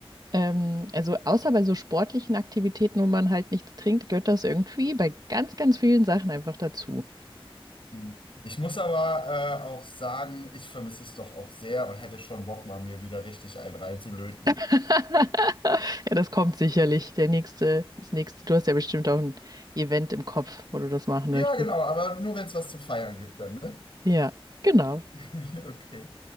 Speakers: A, on the right; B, on the left.
A: ähm, also außer bei so sportlichen Aktivitäten, wo man halt nichts trinkt, gehört das irgendwie bei ganz, ganz vielen Sachen einfach dazu.
B: hm. Ich muss aber äh, auch sagen, ich vermisse es doch auch sehr und hätte schon Bock, mal mir wieder richtig einen reinzulöten.
A: <laughs> Ja, das kommt sicherlich. Der nächste, das nächste. Du hast ja bestimmt auch ein Event im Kopf, wo du das machen möchtest.
B: Ja, genau, aber nur wenn es was zu feiern gibt dann, ne?
A: Ja, genau.
B: <laughs> Okay.